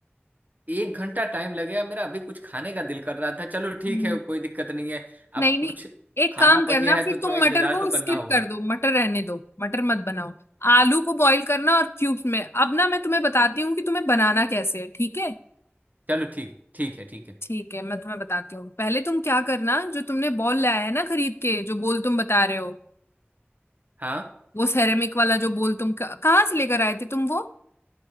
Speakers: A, on the right (about 40°); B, on the left (about 70°).
A: एक घंटा टाइम लगेगा मेरा अभी कुछ खाने का दिल कर रहा था चलो ठीक
B: हम्म
A: है कोई दिक्कत नहीं है
B: नहीं
A: अब
B: नहीं
A: कुछ
B: एक
A: खाना
B: काम करना
A: बढ़िया है
B: फिर
A: तो
B: तुम
A: थोड़ा इंतजार
B: मटर को
A: तो करना
B: स्किप
A: होगा
B: कर दो मटर रहने दो मटर मत बनाओ आलू को बॉईल करना और क्यूब्स में अब ना मैं तुम्हें बताती हूँ कि तुम्हें बनाना कैसे है ठीक है
A: चलो ठीक ठीक है ठीक है
B: ठीक है मैं तुम्हें बताती हूँ पहले तुम क्या करना जो तुमने बॉल लाया है ना खरीद के जो बॉल तुम बता रहे हो
A: हाँ
B: वो सेरेमिक वाला जो बॉल तुम क- कहाँ से लेकर आए थे तुम वो